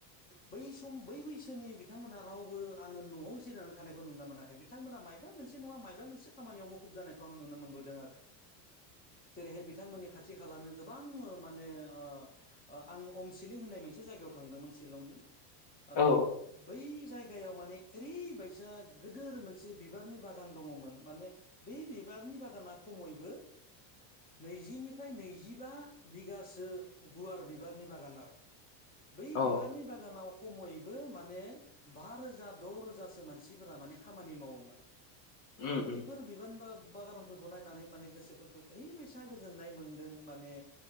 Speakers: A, on the left; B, on the left.
A: बै सम बै बै इसोरनि बिथांमोना रावबो आङो न'आव जिरायनानै थानायखौ नुनो मोनाखै बिथांमोना मायबा मोनसे नङा मायबा मोनसे खामानियाव मुखुब जानायखौ आं नुनो मोनबोदों आरो। जेरै हाय बिथांमोननि खाथि खालानो गोबां माने आं अमसिलिं होननाय मोनसे जायगा थांदों मोन सिलंनि आं
B: औ
A: ट बै जायायाव माने ओरै बायसा गोदोर मोनसे बिबारनि बागान दङ मोन माने बे बिबार बारनि बागाना खमैबो नैजि निफ्राय नैजिबा बिगासो गुवार बिबारनि बागान आरो। बै
B: औ
A: बिबारनि बागानाव खमैबो माने बा रोजा द' रोजा सो मानसि फोरा माने खामानि मावोमोन।
B: उम
A: बैफोर
B: उम
A: बिबान बा बागानफोर गनायनानै माने गोसो फोरखौ ओ गोसोफोरखौ ओरै बायसा गोजोननाय मोन्दों माने